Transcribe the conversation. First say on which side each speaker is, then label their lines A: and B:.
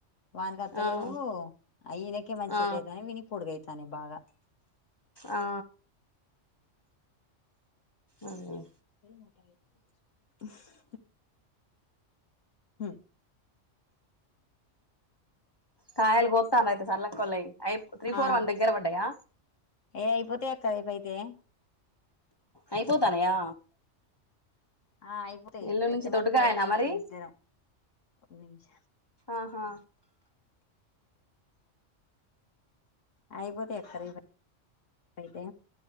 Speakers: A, on the left; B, on the left.
A: వాన్కి అవుతలేవు
B: ఆ
A: ఈయనకే మంచి
B: ఆ
A: సెట్ అయితనయి వీనికి పొడుగై తనే బాగా
B: ఆ అదేలే
A: ఏముంటాయి <unintelligible> హుమ్
B: కాయలు పోతఅనది సరళ అక్కోలయి ఐ త్రీ ఫోర్
A: ఆ
B: వన్ దగ్గర పడ్డాయా
A: ఏ అయిపోతాయి అక్క రేపు అయితే
B: అయిపోతానయా
A: ఆ అయిపోతాయి
B: ఇల్లు
A: రేపు
B: నుంచి
A: జంగాల
B: దొడ్డుగాయేనా
A: పిల్లొలు
B: మరి
A: మేమిద్దరం నిమిషాలు
B: ఆహా
A: అయిపోతే ఎతర అయితే